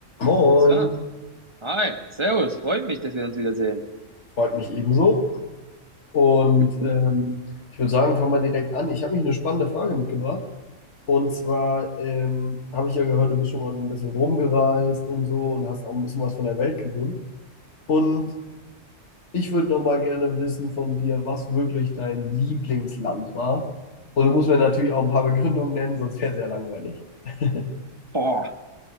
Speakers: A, on the left; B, on the right.
A: Moin,
B: So, hi, servus, freut mich, dass wir uns wiedersehen.
A: freut mich ebenso. Und
B: Gut.
A: ähm, ich würde sagen, fangen wir direkt an. Ich habe mich eine spannende Frage mitgebracht. Und zwar ähm, habe ich ja gehört, du bist schon mal so ein bisschen rumgereist und so und hast auch ein bisschen was von der Welt gesehen. Und Ich würde noch mal gerne wissen von dir, was wirklich dein Lieblingsland war. Und du musst mir natürlich auch ein paar Begründungen nennen, sonst wäre es ja langweilig. <laughs>
B: Boah,